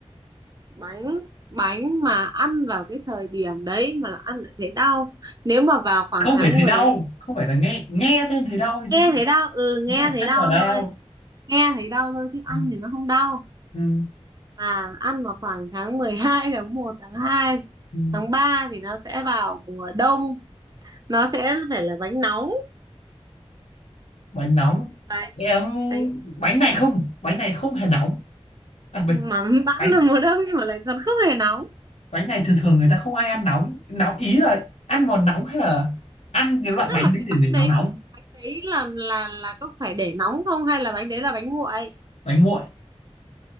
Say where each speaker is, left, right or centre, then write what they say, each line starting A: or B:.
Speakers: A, on the right (about 35°); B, on the left (about 75°).
A: bánh bánh mà ăn vào cái thời điểm đấy mà là ăn lại thấy đau nếu mà vào khoảng
B: không
A: tháng
B: phải thấy
A: 12
B: đau không phải là nghe nghe tên thấy đau thôi
A: nghe
B: chứ
A: thấy đau ừ nghe
B: chứ không phải
A: thấy
B: ăn
A: đau
B: vào đau
A: thôi nghe thấy đau thôi chứ ăn
B: ừ.
A: thì nó không đau
B: Ừ.
A: à ăn vào khoảng tháng mười hai tháng một tháng hai
B: ừ.
A: tháng 3 thì nó sẽ vào mùa đông nó sẽ phải là bánh nóng
B: bánh nóng
A: bánh
B: em
A: bánh
B: bánh này không bánh này không hề nóng à,
A: mà
B: bánh
A: <laughs> bẵng
B: bánh
A: là mùa đông nhưng mà lại còn không hề nóng
B: bánh này thường thường người ta không ai ăn nóng nóng ý là ăn vào nóng hay là ăn cái loại
A: tức
B: bánh
A: là
B: đấy
A: cái bánh
B: để để nó
A: đấy
B: nóng
A: bánh đấy là là là có phải để nóng không hay là bánh đấy là bánh nguội
B: bánh nguội